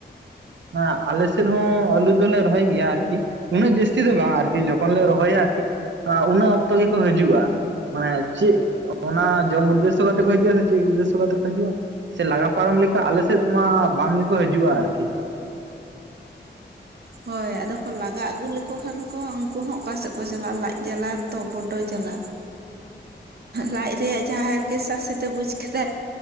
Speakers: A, on the right; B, on the right.
A: ᱦᱚ ᱟᱞᱮ ᱥᱮᱫ ᱦᱚᱸ ᱟᱹᱞᱩ ᱫᱚᱞᱮ ᱨᱚᱦᱚᱭ ᱜᱮᱭᱟ ᱟᱨᱠᱤ ᱩᱱᱟᱹᱜ ᱡᱟᱹᱥᱛᱤ ᱫᱚ ᱵᱟᱝ ᱟᱨᱠᱤ ᱡᱚᱠᱷᱚᱱ ᱞᱮ ᱨᱚᱦᱚᱭᱟ ᱟᱨᱠᱤ ᱩᱱᱟᱹ ᱚᱠᱛᱚ ᱜᱮᱠᱚ ᱦᱤᱡᱩᱜ-ᱟ ᱢᱟᱱᱮ ᱪᱮᱫ ᱚᱱᱟ ᱡᱚᱢ ᱩᱫᱽᱫᱮᱥᱥᱚ ᱠᱟᱛᱮ ᱠᱚ ᱦᱤᱡᱩᱜ-ᱟ ᱥᱮ ᱪᱮᱫ ᱩᱫᱽᱫᱮᱥᱥᱚ ᱠᱟᱛᱮ ᱠᱚ ᱦᱤᱡᱩᱜ-ᱟ ᱥᱮ ᱞᱟᱜᱟ ᱯᱟᱨᱚᱢ ᱞᱮᱠᱟ ᱟᱞᱮ ᱥᱮᱫ ᱢᱟ ᱵᱟᱝ ᱜᱮᱠᱚ ᱦᱤᱡᱩᱜ-ᱟ ᱟᱨᱠᱤ
B: ᱦᱳᱭ ᱟᱫᱚ ᱠᱚ ᱞᱟᱜᱟ ᱟᱹᱜᱩ ᱞᱮᱠᱚ ᱠᱷᱟᱱ ᱠᱚ ᱩᱱᱠᱩ ᱦᱚᱸ ᱚᱠᱟ ᱥᱮᱫ ᱠᱚ ᱪᱟᱞᱟᱜ ᱞᱟᱡ ᱡᱟᱞᱟ ᱛᱚ ᱵᱚᱰᱳ ᱡᱟᱞᱟ ᱞᱟᱡ ᱨᱮᱭᱟᱜ ᱡᱟᱦᱟ ᱦᱟᱨᱠᱮᱛ ᱥᱟᱥᱮᱛᱮ ᱵᱩᱡ ᱠᱮᱫᱟᱭ